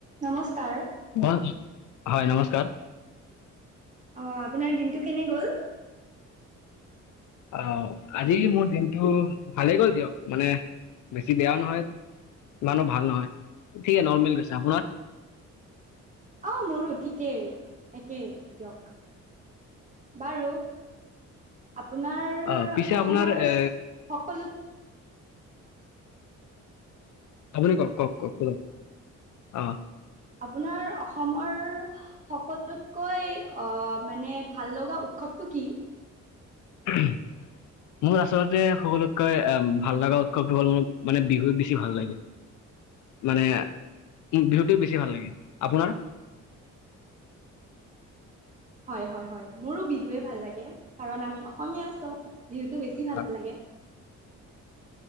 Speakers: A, on the right; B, on the left.
A: নমস্কাৰ
B: অ হয় নমস্কাৰ
A: অ আপোনাৰ দিনটো কেনে গ'ল?
B: আহ আজি মোৰ দিনটো ভালেই গ'ল দিয়ক, মানে বেছি বেয়াও নহয় ইমানো ভাল নহয় ঠিকে নৰ্মেল কৈছো আপোনাৰ
A: অ মোৰো ঠিকেই একেই দিয়ক বাৰু আপোনাৰ
B: আহ পিছে
A: অসমৰ
B: আপোনাৰ এ
A: সকলো।
B: আপুনি কওক কওক কওক অ।
A: আপোনাৰ অসমৰ সকলোতকৈ অ মানে ভাল লগা। উৎসৱ তো কি।
B: <unintelligible> মোৰ আচলতে সকলোতকৈ আহ ভাল লগা উৎসৱটো হ'ল মোৰ মানে বিহু বেছি ভাল লাগে। মানে বিহুটো বেছি ভাল লাগে আপোনাৰ?
A: হয় হয় হয় মোৰো বিহুৱে ভাল লাগে, কাৰণ আমি অসমীয়া বিহুটো বেছি
B: আচ্ছা,
A: ভাল লাগে।